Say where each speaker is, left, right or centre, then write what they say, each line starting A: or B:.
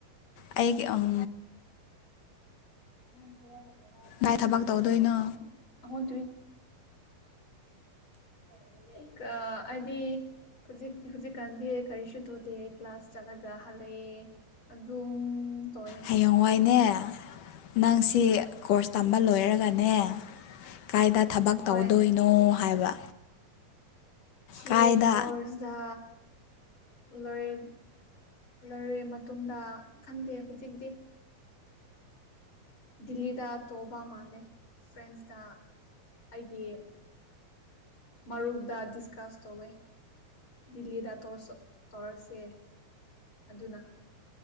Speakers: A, on the left (about 65°); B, on the left (about 35°).
A: ꯑꯩꯒꯤ ꯑꯝ
B: ꯃꯥꯟꯁꯦ ꯍꯥꯏ
A: ꯀꯥꯏ
B: <unintelligible>
A: ꯊꯕꯛ ꯇꯧꯗꯣꯏꯅꯣ
B: ꯑꯍ ꯇꯌ꯭ꯨꯏꯟ <unintelligible> ꯀ ꯑꯥꯏꯗꯤ ꯍꯨꯖꯤꯛ ꯍꯨꯖꯤꯛꯀꯥꯟꯗꯤ ꯀꯔꯤꯁꯨ ꯇꯣꯗꯦ ꯀ꯭ꯂꯥꯁ ꯆꯠꯂꯒ ꯍꯜꯂꯛꯑꯦ ꯑꯗꯨꯝ ꯇꯧꯋꯦ
A: ꯍꯌꯦꯡꯋꯥꯏꯅꯦ ꯅꯪꯁꯤ ꯀꯣꯔꯁ ꯇꯝꯕ
B: ꯎꯝ
A: ꯂꯣꯏꯔꯒꯅꯦ ꯀꯥꯏꯗ ꯊꯕꯛ
B: ꯍꯣꯏ
A: ꯇꯧꯗꯣꯏꯅꯣ ꯍꯥꯏꯕ
B: ꯆꯤ
A: ꯀꯥꯏꯗ
B: ꯀꯣꯔꯁꯗꯥ ꯂꯣꯏꯔꯦ ꯂꯣꯏꯔꯦ ꯃꯇꯨꯡꯗ ꯈꯪꯗꯦ ꯍꯧꯖꯤꯛꯇꯤ ꯗꯤꯜꯂꯤꯗ ꯇꯣꯛꯕ ꯃꯥꯥꯟꯂꯦ ꯐ꯭ꯔꯦꯟꯁꯇ ꯑꯩꯒꯤ ꯃꯔꯨꯞꯗ ꯗꯤꯁꯀꯁ ꯇꯧꯋꯦ ꯗꯤꯜꯂꯤꯗ ꯇꯧꯔꯁꯦ ꯑꯗꯨꯅ